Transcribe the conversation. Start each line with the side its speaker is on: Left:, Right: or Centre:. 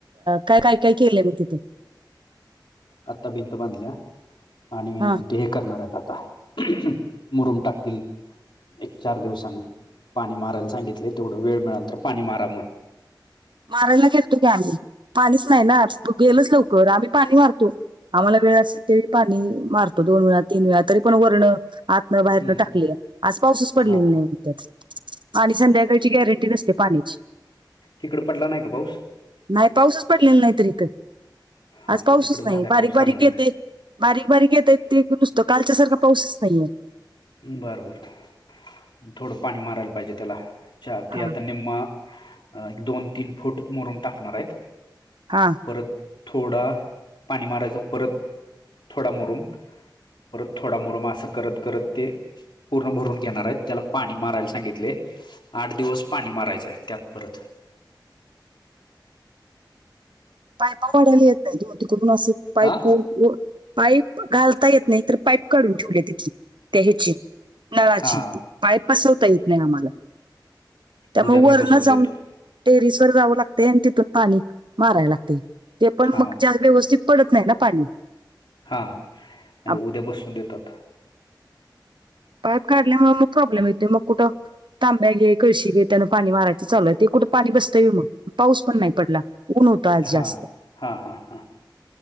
Right: काय, काय, काय केलंय मग तिथ
Left: आत्ता भिंत बांधल्या आणि
Right: हा
Left: ते हे करणार आहेत आता मुरूम टाकतील एक चार दिवसान पाणी मारायला सांगितले तेवढं वेळ मिळाल तर पाणी मारा मग
Right: मारायला घेेलतो की आम्ही पाणीच नाही ना गेलोच लवकर आम्ही पाणी मारतो आम्हाला वेळ असेल तेळी पाणी मारतो दोन वेळा, तीन वेळा तरी पण वरणं आत आतन, बाहेरन
Left: हम्म, हम्म.
Right: टाकली आज पाऊसच पडलेली
Left: हा
Right: नाही त्यात आणि संध्याकाळची गॅरंटी नसते पाण्याची
Left: हिकडं पटला नाही का पाऊस
Right: नाही पाऊसच पडलेला नाहीत इथं
Left: हा
Right: आज
Left: मग
Right: पाऊसच
Left: तिकडे झालाय
Right: नाही बारीक,
Left: पाऊस
Right: बारीक
Left: सांगलीत
Right: येतय बारीक, बारीक येत ते नुसतं कालच्यासारखा पाऊसच नाहीये
Left: बरं, बर थोडं पाणी मारायला पाहिजे त्याला ते
Right: हा
Left: आता निम्म अ एक, दोन, तीन फुट मुरुम टाकणार आहेत
Right: हा
Left: परत थोडा पाणी मारायच परत थोडा मुरुम परत थोडा मुरम असं करत, करत ते पूर्ण भरून घेणार आहेत त्याला पाणी मारायला सांगितलय आठ दिवस पाणी मारायचंय त्यात परत
Right: पाईपा वढायला येत नाही म तिकडून असं पाईप
Left: हा
Right: <unintelligible> पाईप घालता येत नाही तर पाईप काढून ठेवली तिथली त्या ह्याची नळाची
Left: हा
Right: पाईप बसवता येत नाही आम्हाला त्यामुळ
Left: उद्या मी
Right: वरन
Left: बसून
Right: जाऊन
Left: देतो
Right: टेरिस व जावं लागतय आणि तिथून पाणी माराय लागतय ते पण
Left: हा
Right: मग चार व्यवस्थित पडत नाही ना पाणी
Left: हा नाही
Right: आप-
Left: उद्या बसून देतो आता
Right: पाईप काढल्यामुळे मग प्रॉब्लेम येतय मग कुठं तांब्या घे कळशी ग घे त्यान पाणी मारायचं चालूय ते कुठं पाणी बसतय म मग पाऊस पण नाही पडला ऊन होत आज जास्त
Left: हा हा हा हा